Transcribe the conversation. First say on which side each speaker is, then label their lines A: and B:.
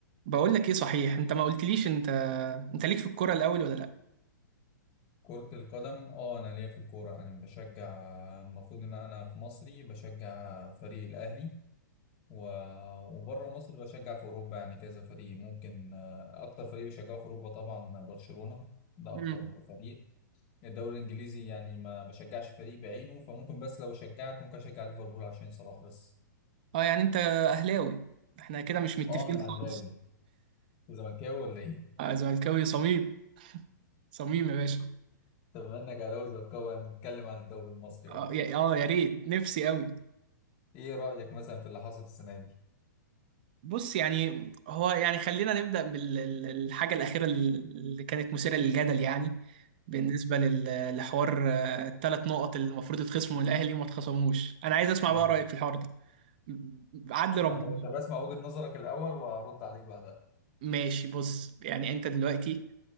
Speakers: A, on the right; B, on the left.
A: بقول لك ايه صحيح انت ما قلتليش انت انت ليك في الكوره الاول ولا لا
B: كرة القدم اه انا ليا في الكورة انا بشجع المفروض ان انا في مصري بشجع فريق الاهلي و... وبره مصر بشجع في اوروبا يعني كذا فريق ممكن آه، اكتر فريق بشجعه في اوروبا طبعا برشلونة ده اكتر
A: امم
B: فريق الدوري الانجليزي يعني ما بشجعش فريق بعينه فممكن بس لو شجعت ممكن اشجع ليفربول عشان صلاح بس
A: اه يعني انت اهلاوي احنا كده مش متفقين
B: اه انا اهلاوي
A: خالص
B: وزملكاوي ولا ايه؟
A: اه زملكاوي صميم صميم يا باشا
B: طب بما انك اهلاوي وزملكاوي هنتكلم عن الدوري المصري بقى
A: اه يا اه يا ريت نفسي قوي
B: ايه رأيك مثلا في اللي حصل السنة دي؟
A: بص يعني هو يعني خلينا نبدا بالحاجه الاخيره اللي كانت مثيره للجدل يعني بالنسبه لل- لحوار آه، الثلاث نقط اللي المفروض يتخصموا من الاهلي وما اتخصموش انا عايز اسمع
B: امم
A: بقى رايك في الحوار ده عدل ربنا
B: اه طب اسمع وجهة نظرك الأول وأرد عليك بعدها
A: ماشي بص يعني انت دلوقتي